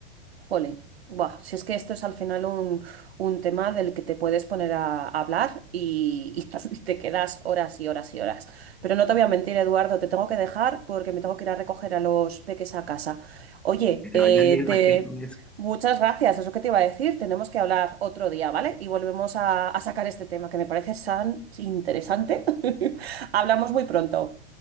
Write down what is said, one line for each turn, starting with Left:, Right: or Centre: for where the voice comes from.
Right: Jolín, buah, si es que esto es al final un, un tema del que te puedes poner a, a hablar y, y <laughs> y te quedas horas y horas y horas. Pero no te voy a mentir, Eduardo, te tengo que dejar porque me tengo que ir a recoger a los peques a casa. Oye,
Centre: Que te
Right: eh,
Centre: vaya bien, Raquel,
Right: te...
Centre: con eso.
Right: muchas gracias, es lo que te iba a decir. Tenemos que hablar otro día, ¿vale? Y volvemos a, a sacar este tema que me parece tan interesante. <laughs> Hablamos muy pronto.